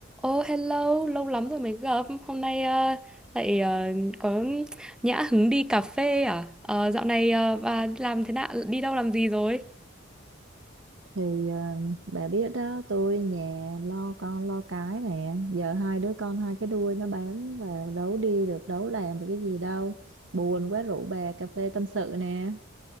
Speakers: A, in the centre; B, on the right.
A: Oh hello, lâu lắm rồi mới gặp. Hôm nay ờ, lại ờ, có nhã hứng đi cà phê à? Ờ, dạo này ờ, bà đi làm thế nào? Đi đâu làm gì rồi?
B: thì ờ, bà biết đó tôi nhà lo con lo cái nè giờ hai đứa con hai cái đuôi nó bám vào đấu đi được đấu làm được cái gì đâu buồn quá rủ bà cà phê tâm sự nè